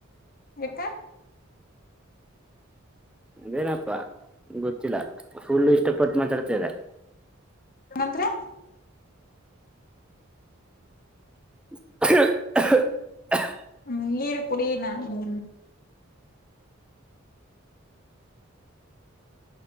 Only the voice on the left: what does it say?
ಯಾಕ್ಕ
ಅಂದರೆ
ಹು ‌ನೀರ್ ಕುಡಿನ ಹು